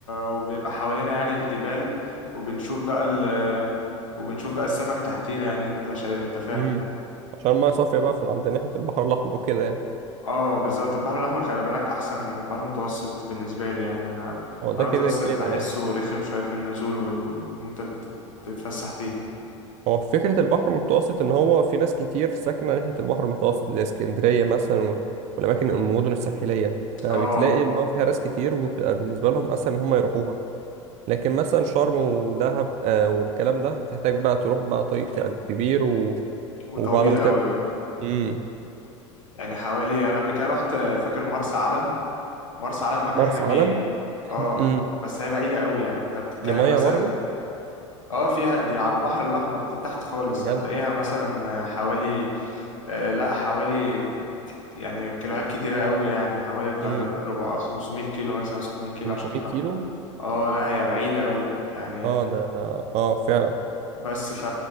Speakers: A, on the left (about 85°); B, on the right (about 45°).
A: وبيبقى حوالينا يعني الجبال وبنشوف بقى ال... وبنشوف بقى السمك تحتينا يعني انت شا... انت فاهم
B: امم عشان المية صافية بقى في عند ناحية البحر الأحمر وكده يعني
A: اه بالظبط البحر الاحمر خلي بالك احسن من البحر المتوسط بالنسبه لي يعني انا
B: هو
A: البحر
B: ده
A: المتوسط
B: كده كده
A: بحسه
B: يعني
A: رخم شويه في النزول وال إن انت تت- تتفسح فيه
B: هو فكرة البحر المتوسط إن هو في ناس كتير ساكنة ناحية البحر المتوسط زي اسكندرية مثلا وال- والأماكن المدن الساحلية فبتلاقي
A: اه
B: اللي هو فيها ناس كتير وبتبقى بالنسبة لهم أسهل إن هم يروحوها لكن مثلا شرم ودهب آه، والكلام ده بتحتاج بقى تروح بقى طريق كبير و...
A: وطويل
B: وبعد ما تر
A: قوي اه
B: مم.
A: يعني حوالي انا قبل كده رحت فاكر مرسى علم مرسى علم مكان
B: مرسى
A: جميل
B: علم
A: اه
B: <clears throat> مم.
A: بس هي بعيده قوي يعني انت بتتكلم
B: دي مية
A: مثلا
B: برضه
A: اه فيها دي على البحر الأحمر دي تحت خالص
B: يا
A: هتلاقيها
B: جدع
A: مثلا حوالي آه لا حوالي يعني كيلوات كتيرة قوي يعني حوالي بتاع
B: مم.
A: ربع 500 كيلو مثلا 600 كيلو
B: 500
A: عشان تروح
B: كيلو
A: اه لا هي بعيدة قوي يعني
B: اه ده ده- اه فعلا
A: بس ف